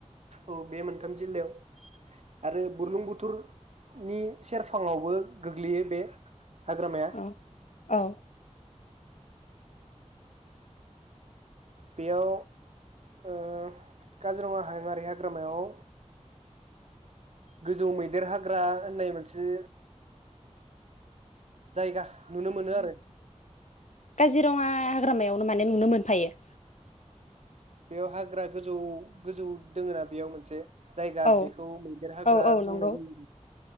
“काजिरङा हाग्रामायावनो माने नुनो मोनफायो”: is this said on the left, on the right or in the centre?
Left